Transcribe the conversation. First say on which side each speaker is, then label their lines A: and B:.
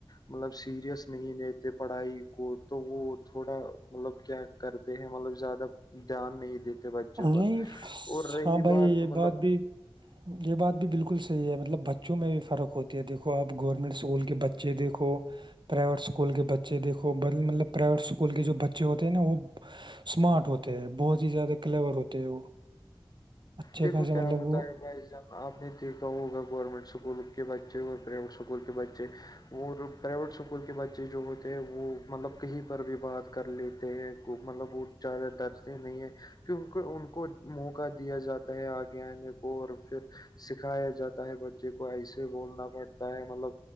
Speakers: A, on the left; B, on the right.
A: مطلب سیریس نہیں لیتے پڑھائی کو تو وہ تھوڑا مطلب کیا کرتے ہیں مطلب زیادہ دھیان نہیں دیتے بچوں
B: نہیں
A: پر
B: ف-
A: اور رہی
B: ہاں بھائی
A: بات
B: یہ
A: مطلب
B: بھی یہ بات بھی بالکل صحیح ہے مطلب بچوں میں بھی فرق ہوتی ہے دیکو آپ گورنمنٹ اسکول کے بچ ج دیکھو پرائیوٹول اسکول کے بچےیکھو ب مطلب پرائیویٹ اسکول کے جو بچے ہوتے ہیںا وہ اسمارٹ ہوتے ہیں بہت ہی زیادہ کلیور ہوتے ہیں وہ اچھے
A: دیکھو
B: خاصے
A: کیا
B: مطلب
A: ہوتا
B: وہ
A: ہے بھائی جب آپ نے دیکھا ہوگا گورنمنٹ اسکول کے بچے اور پرائیویٹ اسکول کے بچے وہ پرائیویٹ اسکول کے بچے جو ہوتے ہیں وہ مطلب کہیں پر بھی بات کر لیتے ہیں مطلب وہ زد درد نہیں ہے کی ان کو ان کو موقع دیا جاتا ہے آگے آنے کو اور پھر سکھایا جاتا ہے بچے کو ایسے بولنا پڑتا ہے مطلب